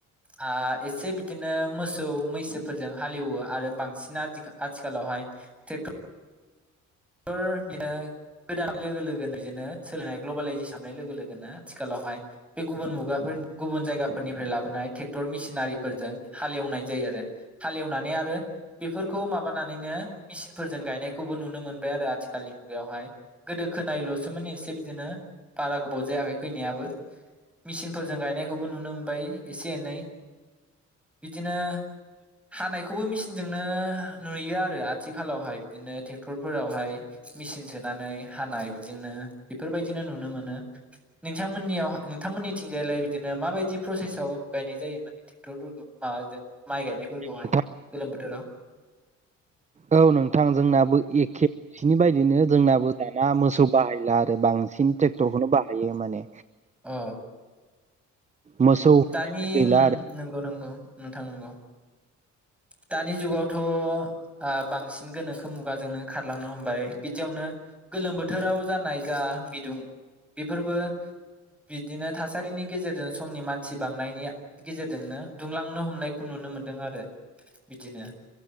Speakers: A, in the centre; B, on the right (about 25°).
A: आ एसे बिदिनो मोसौ मैसोफोरजों हालेवो आरो बांसिन आथिखालावहाय ट्रेक्टर <unintelligible> बिनो गोदान लोगो लोगोनो बिदिनो सोललिनाय ग्लबेलायजेस हाबनाय लोगो लोगोनो आथिखालावहाय बे गुबुन मुगाफोर गुबुन जायगाफोरनिफ्राय लाबोनाय ट्रेक्टर मेसिनारिफोरजों हालेवनाय जायो आरो हालेवनानै आरो बेफोरखौ माबानानैनो मेसिनफोरजों गायनायखौबो नुनो मोन बाय आरो आथिखालनि मुगायावहाय गोदो खोनायल'सो माने एसे बिदिनो बारा गोबाव जायाखै फैनायाबो मिसिनफोरजों गायनायखौबो नुनो मोनबाय एसे एनै बिदिनो हानाय खौबो मिसिनजोंनो नुयो आरो आथिखालावहाय बिदिनो ट्रेक्टर फोरावहाय मेचिन सोनानै हानाय बिदिनो बेफोरबायदिनो नुनो मोनो नोंथांमोननियाव नोंथांमोननिथिंजायलाय बिदिनो माबायदि प्रसेसआव गायनाय जायो माने ट्रेक्टरफोरखौ माबाजों माइ गायनायफोरखौहाय
B: नोंथां
A: गोलोम बोथोराव
B: औ नोंथांजोंनाबो एखे बिनि बायदिनो जोंनाबो दाना मोसौ बाहायला आरो बांसिन ट्रेक्टरखौनो बाहायो माने
A: अ
B: मोसौ होननायानो
A: दानि
B: गैला आरो
A: नंगौ नंगौ नोंथां नंगौ दानि जुगावथ' ओ बांसिन गोनोखो मुगाजोंनो खारलांनो हमबाय बिदियावनो गोलोम बोथोराव जानाय जा बिदुं बेफोरबो बिदिनो थासारिनि गेजेरजों समनि मानसि बांनायनि गेजेरजोंनो दुंलांनो हमनायखौ नुनो मोनदों आरो बिदिनो